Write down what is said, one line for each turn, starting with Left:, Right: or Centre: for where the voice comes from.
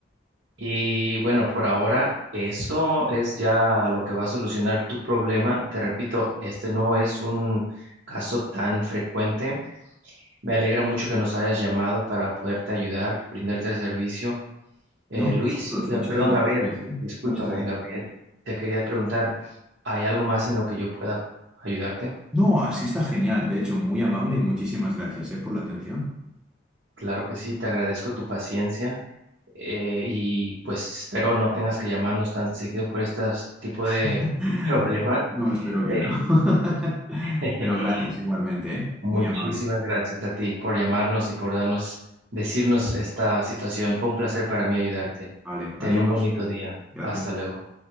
Right: Y bueno, por ahora eso es ya lo que va a solucionar tu problema. Te repito, este no es un caso tan frecuente. Me alegra mucho que nos hayas llamado para poderte ayudar, brindarte el servicio. Eh,
Centre: No,
Right: Luis,
Centre: vosotros,
Right: eh,
Centre: muchísimas
Right: perdón, Gabriel,
Centre: gracias, ¿eh?
Right: discúlpame,
Centre: Muchas gracias.
Right: Gabriel, te quería preguntar, ¿hay algo más en lo que yo pueda ayudarte?
Centre: No, así está genial. De hecho, muy amable y muchísimas gracias, ¿eh? Por la atención.
Right: Claro que sí, te agradezco tu paciencia eh, y pues espero no tengas que llamarnos tan seguido por este tipo de
Centre: <laughs>
Right: problemas.
Centre: No, espero que
Right: Eh,
Centre: no. <laughs>
Right: <laughs>
Centre: Pero gracias igualmente, ¿eh?
Right: Muchísimas
Centre: Muy amables.
Right: gracias a ti por llamarnos y por darnos, decirnos esta situación. Fue un placer para mí ayudarte.
Centre: Vale,
Right: Ten
Centre: adiós.
Right: un bonito día.
Centre: Gracias.
Right: Hasta luego.